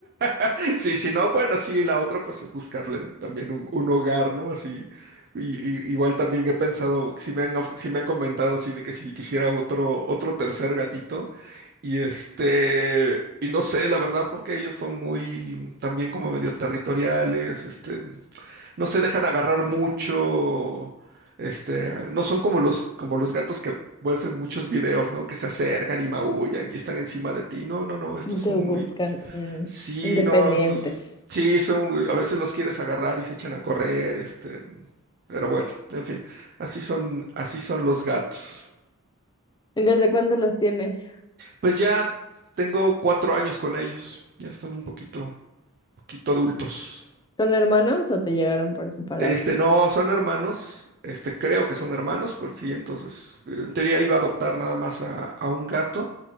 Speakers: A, on the right (about 45°); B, on the left (about 20°).
A: <laughs> Sí, si no, bueno, sí, la otra pues es buscarle también un, un hogar, ¿no? Así, y, y- igual también he pensado, si me han, of- sí me han comentado así de que si quisiera otro, otro tercer gatito, y este, y no sé, la verdad, porque ellos son muy, también como medio territoriales, este, no se dejan agarrar mucho, este, no son como los, como los gatos que ves en muchos videos, ¿no? Que se acercan y maullan y están encima de ti. No, no, no, estos son
B: te buscan.
A: muy,
B: mm,
A: sí,
B: Independientes.
A: no, estos, sí, son, a veces los quieres agarrar y se echan a correr, este, pero bueno, en fin, así son, así son los gatos.
B: ¿Y desde cuándo los tienes?
A: Pues ya tengo cuatro años con ellos, ya están un poquito, poquito adultos.
B: ¿Son hermanos o te llegaron por separado?
A: Este, no, son hermanos. Este, creo que son hermanos, por si entonces, eh, en teoría iba a adoptar nada más a, a un gato